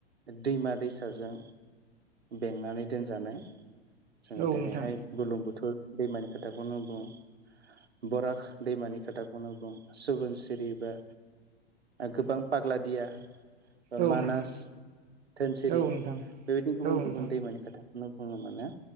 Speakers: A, on the right; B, on the right.
A: दैमा दैसाजों बेंनानै दोनजानाय जोङो
B: औ
A: दिनैहाय
B: नोंथां
A: बुरलुंबुथुर दैमानि खोथाखौनो बुं बराग दैमानि खोथाखौनो बुं सुबुनसिरि बा गोबां पाग्ला दिया ओ
B: औ
A: मानास
B: नोंथां औ नोंथां
A: धोनसिरि
B: औ नोंथां औ नोंथां
A: बेबायदिनो गुबुन
B: औ नोंथां
A: गुबुन दैमानि खोथा बेखौनो बुङो माने